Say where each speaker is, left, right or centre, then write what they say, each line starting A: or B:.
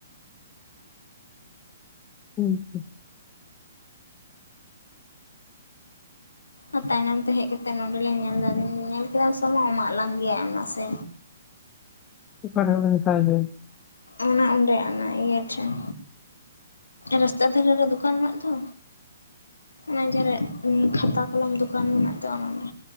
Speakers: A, on the left; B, on the left.
A: ᱦᱩᱸ᱾
B: ᱟ ᱛᱟᱭᱱᱚᱢ ᱛᱮ ᱦᱮᱡ ᱠᱟᱛᱮ ᱱᱚᱸᱰᱮ ᱞᱤᱧ ᱧᱮᱞᱫᱟᱞᱤᱧ ᱧᱮᱞ ᱠᱮᱫᱟᱢ ᱥᱚᱢᱚ ᱮᱢᱟᱜᱞᱟᱝ ᱜᱮᱭᱟᱭ ᱚᱱᱟ ᱥᱮ᱾
A: ᱚᱠᱟᱨᱮ ᱵᱚᱞᱮᱢ ᱢᱮᱛᱟᱭ ᱜᱮ᱾
B: ᱚᱱᱟ ᱚᱸᱰᱮ ᱚᱱᱟ ᱤᱭᱟᱹ ᱴᱷᱮᱱ᱾ ᱨᱟᱥᱛᱟ ᱫᱷᱟᱨᱮ ᱨᱮ ᱫᱚᱠᱟᱱ ᱢᱮᱱᱟᱜ ᱫᱚ, ᱚᱱᱮ ᱡᱟᱦᱟᱸ ᱨᱮ ᱠᱷᱟᱛᱟ ᱠᱚᱞᱚᱢ ᱫᱚᱠᱟᱱ ᱢᱮᱱᱟᱜ ᱫᱚ ᱚᱱᱮ ᱚᱸᱰᱮ,